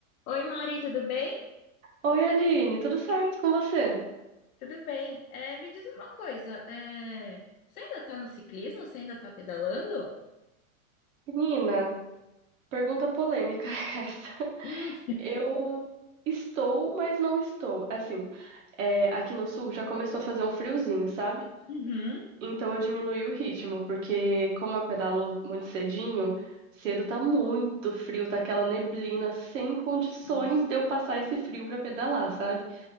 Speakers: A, on the left; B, on the right.
A: Oi, Mari, tudo bem?
B: Oi, Aline, tudo certo com você?
A: Tudo bem. É, me diz uma coisa, é, você ainda está no ciclismo? Você ainda está pedalando?
B: Menina, pergunta polêmica <laughs> essa.
A: Hum,
B: Eu estou, mas não estou. Assim, é, aqui no sul já começou a fazer um friozinho, sabe?
A: uhum.
B: Então eu diminui o ritmo, porque como eu pedalo muito cedinho, cedo tá muito frio, tá aquela neblina sem condições
A: Nossa,
B: de eu passar esse frio pra pedalar, sabe?